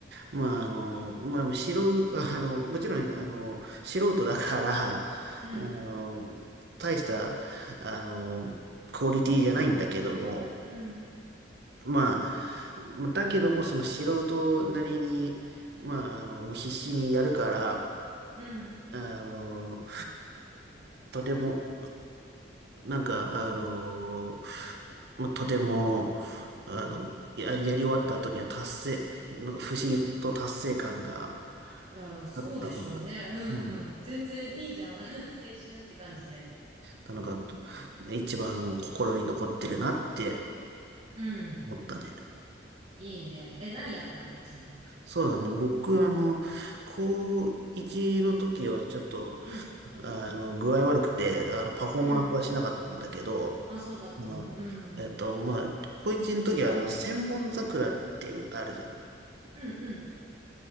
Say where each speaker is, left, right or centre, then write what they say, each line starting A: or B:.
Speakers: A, on the right; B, on the right.
A: まあ、あの、まあ、素人、あの、もちろん、あの、素人だから、あの、
B: うん。
A: 大した、あの、クオリティじゃないんだけども、
B: うん。
A: まあ、だけども、その素人なりに、まあ、あの、もう必死にやるから、
B: うん。
A: あの、とても、なんか、あのーまあ、とても、あの、や、やり終わった後には達成、なんか不思議と達成感が
B: いや、そうでしょうね。
A: あったのが、
B: うん。
A: うん、
B: うん全然いいじゃん。<laughs> 青春って感じで。
A: なのが、と一番心に残ってるなって
B: うん。
A: 思ったね。
B: いいね。え、何やったのちなみに。
A: そうだね。僕、あの、高1の時はちょっと、
B: うん。
A: あの、具合悪くて、あの、パフォーマンスはしなかったんだけど、
B: うん。あ、そうだったんだ。
A: あの、
B: うん。
A: えっと、まあ、高一の時は、あの、千本桜っていう歌あるじゃん。
B: うん、うん。